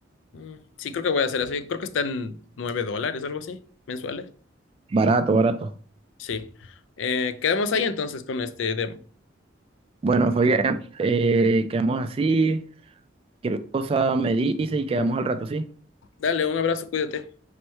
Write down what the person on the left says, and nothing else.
Mm, Sí, creo que voy a hacer eso. Creo que está en 9 dólares, algo así, mensuales.
Sí. Eh, quedamos ahí entonces con este demo.
Dale, un abrazo, cuídate.